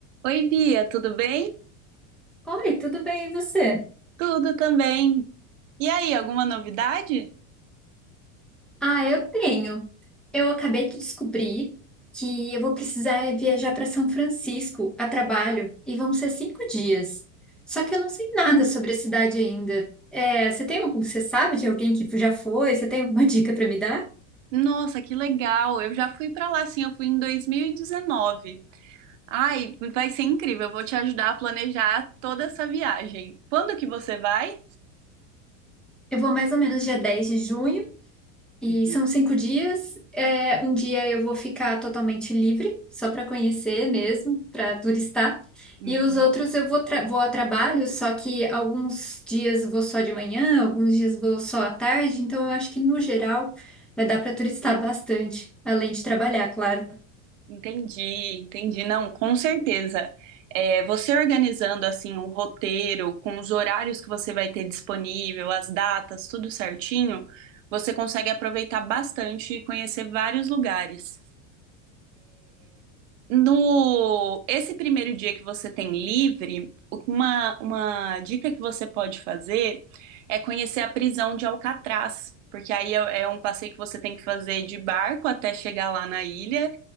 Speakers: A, on the right (about 60°); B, in the centre.
A: Oi, Bia, tudo bem?
B: Oi, tudo bem, e você?
A: Tudo também. E aí, alguma novidade?
B: Ah, eu tenho. Eu acabei de descobrir que eu vou precisar viajar para São Francisco a trabalho e vão ser cinco dias. Só que eu não sei nada sobre a cidade ainda. É, você tem algum, você sabe de alguém que já foi? Você tem alguma <laughs> dica para me dar?
A: Nossa, que legal! Eu já fui pra lá, sim, eu fui em 2019. Ai, vai ser incrível, eu vou te ajudar a planejar toda essa viagem. Quando que você vai?
B: Eu vou mais ou menos dia dez de junho E
A: Uhum,
B: são cinco dias. É, um dia eu vou ficar totalmente livre, só para conhecer mesmo, para turistar.
A: uhum.
B: E os outros eu vou, tra- vou a trabalho, só que alguns dias vou só de manhã, alguns dias vou só à tarde. Então eu acho que no geral vai dar para turistar bastante, além de trabalhar, claro.
A: Entendi, entendi. Não, com certeza. É, você organizando assim um roteiro com os horários que você vai ter disponível, as datas, tudo certinho, você consegue aproveitar bastante e conhecer vários lugares. No esse primeiro dia que você tem livre, uma, uma dica que você pode fazer é conhecer a prisão de Alcatraz, porque aí é, é um passeio que você tem que fazer de barco até chegar lá na ilha